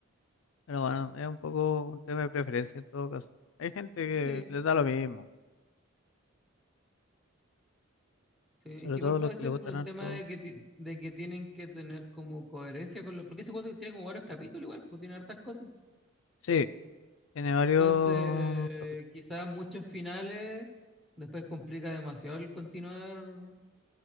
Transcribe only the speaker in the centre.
Sí,
sí. Es
que
igual puede
ser
por el
tema de que, ti- de que tienen que tener como coherencia con los... Porque ese juego tiene como varios capítulos igual, pues tiene hartas cosas.
Entonces,
quizás muchos finales después complica demasiado el continuar